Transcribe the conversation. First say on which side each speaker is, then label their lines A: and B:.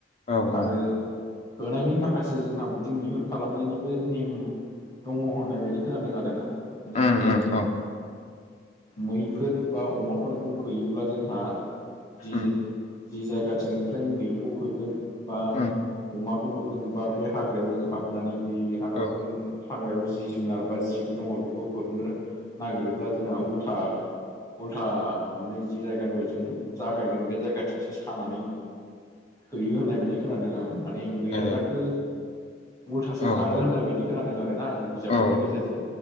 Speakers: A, on the left; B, on the left.
A: औ
B: आरो
A: औ
B: होनायनि माखासे जोंहा बिदि मैहुर खालामनायनिबो नेम दङ होननायबायदि खोनादों आरोना बि
A: उम
B: जेरै
A: उम औ
B: मैफोर बा अमाफोरखौ होयोब्ला जोंहा जि
A: उम
B: जि जायगाथिंनिफ्राय मैखौ होगोन बा
A: उम
B: अमाखौ जेनबा बे हाग्रायाव जों हाबनानै बे हाग्राखौ
A: औ
B: हाग्रायाव जि जुनार बा जि खौ हरनो नागिरोब्ला जोंहा उल्था उल्था माने जि जायगानिफाराय जों जागायगोन बे जायगाथिंसो सानानै हैयो होननायबायदि खोनादों आं माने मैया
A: ए
B: जाखो उल्थासो
A: औ औ
B: खारो होननाय बायदि खोनादों आरो ना आं बिजाबफोरनि
A: औ
B: गेजेरजों